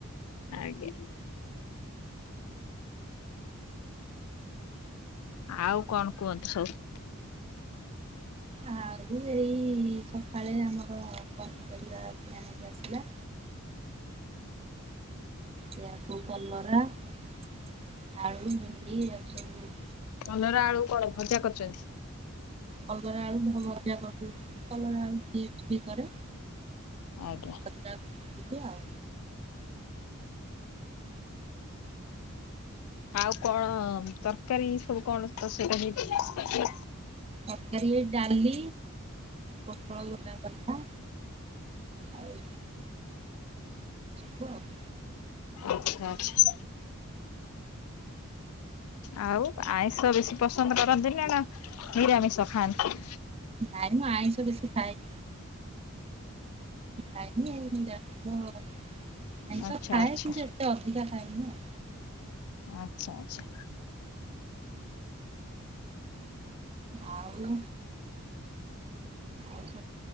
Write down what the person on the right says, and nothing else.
ଆଉ ଏଇ ସକାଳେ ଆମର ପନିପରିବା କିଣା ହେଇକି ଆସିଲା। ସେୟାକୁ କଲରା। ଆଳୁ ଭେଣ୍ଡି ଏ ସବୁ।
କଲରା ଆଳୁ ଭ ଭଜା କରିଦେଉଛି କଲରା ଆଳୁ ଚିପ୍ସ ବି କରେ।
<unintelligible> ଏତିକି ଆଉ।
ତରକାରୀ ଡାଲି ପୋଟଳ ଗୋଟା ଭଜା। ଆଉୁ <unintelligible>
ଯାଇନ ଆଇଁଷ ବେଶୀ ଖାଏନି। ଖାଇନି <unintelligible> ଆଇଁସ
ଖାଏ
କିନ୍ତୁ ଏତେ ଅଧିକା ଖାଏନି ଆଉ।
ଆଉ ଆଉସ୍